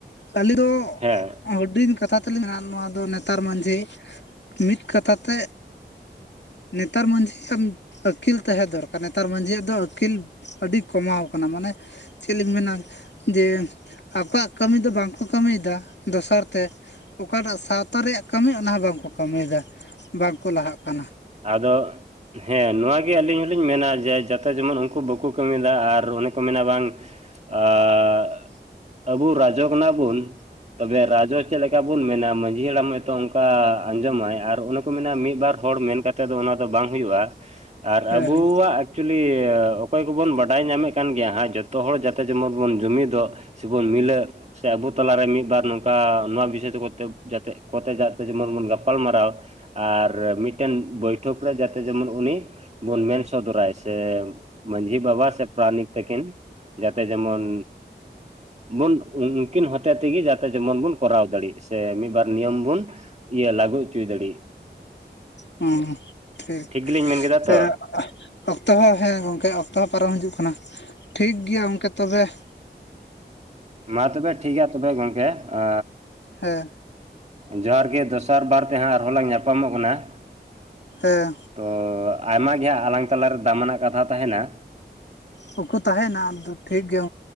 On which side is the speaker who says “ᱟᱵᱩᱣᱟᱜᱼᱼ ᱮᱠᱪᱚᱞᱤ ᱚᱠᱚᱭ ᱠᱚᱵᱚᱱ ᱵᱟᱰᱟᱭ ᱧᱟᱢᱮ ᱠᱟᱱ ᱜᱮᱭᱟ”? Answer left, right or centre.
Right